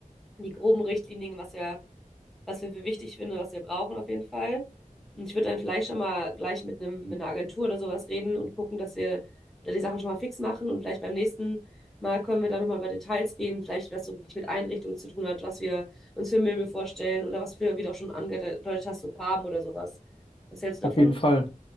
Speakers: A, in the centre; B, on the left.
A: die groben Richtlinien, was wir, was wir für wichtig finden, was wir brauchen auf jeden Fall. Und ich würde dann vielleicht schon mal gleich mit einem, mit einer Agentur oder sowas reden und gucken, dass wir da die Sachen schon mal fix machen. Und vielleicht beim nächsten Mal können wir dann nochmal über Details reden, vielleicht was so wirklich mit Einrichtung zu tun hat, was wir uns für Möbel vorstellen oder was wir, wie du auch schon angedeutet hast, so Farben oder sowas. Was hältst du
B: auf
A: davon?
B: jeden Fall.